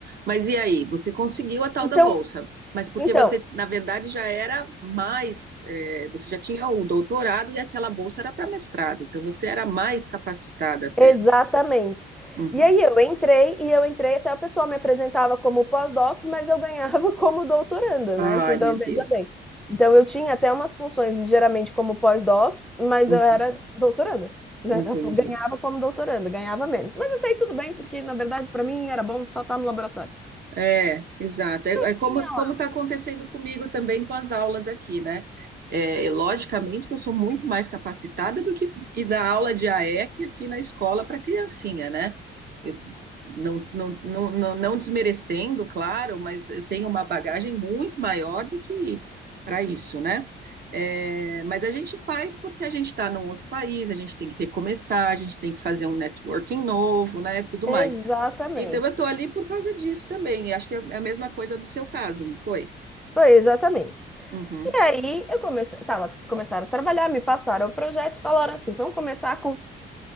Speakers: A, on the right; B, in the centre.
A: Mas e aí? Você conseguiu a tal
B: Então,
A: da bolsa, mas porque
B: então,
A: você, na verdade, já era mais, eh, você já tinha o doutorado e aquela bolsa era para mestrado, então você era mais capacitada até.
B: exatamente.
A: Uhum.
B: E aí eu entrei, e eu entrei até o pessoal me apresentava como pós-doc, mas eu ganhava <laughs> como doutoranda,
A: Ai,
B: né? Então,
A: meu
B: veja
A: Deus.
B: bem. Então, eu tinha até umas funções, ligeiramente como pós-doc, mas
A: Uhum.
B: eu era doutoranda, né?
A: Entendi.
B: Eu Ganhava como doutoranda, ganhava menos. Mas até aí tudo bem, porque na verdade para mim era bom só estar no laboratório.
A: É, exato. É, é como
B: Tinha
A: como
B: lá.
A: está acontecendo comigo também com as aulas aqui, né? É, logicamente que eu sou muito mais capacitada do que ir dar aula de AEC aqui na escola para criancinha, né? Eu, não, não, não, não, não desmerecendo, claro, mas eu tenho uma bagagem muito maior do que para isso, né? É, mas a gente faz porque a gente está num outro país, a gente tem que recomeçar, a gente tem que fazer um networking novo, né? Tudo
B: Exatamente.
A: mais. Então, eu estou ali por causa disso também. E acho que é é a mesma coisa do seu caso, não foi?
B: Foi exatamente.
A: Uhum,
B: E aí eu comecei, tava, começaram a trabalhar, me passaram o projeto e falaram assim, vamos começar com,